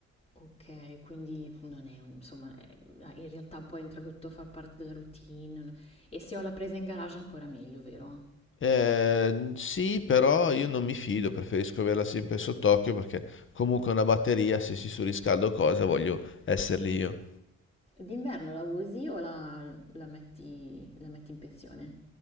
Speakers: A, on the left; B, on the left.
A: Ok, quindi non è, un- insomma, è- in realtà poi entra tutto a far parte della routine. E se ho la presa in garage ancora meglio, vero?
B: Eh, sì, però io non mi fido, preferisco averla sempre sott'occhio perché comunque una batteria, se si surriscalda o cosa, voglio esserli io.
A: D'inverno la usi o la, la metti, la metti in pensione?